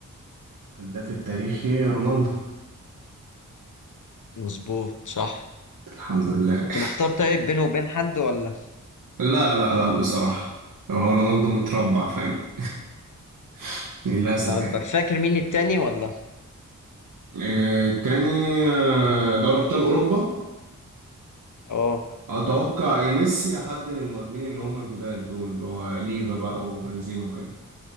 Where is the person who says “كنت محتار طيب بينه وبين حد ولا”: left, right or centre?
Left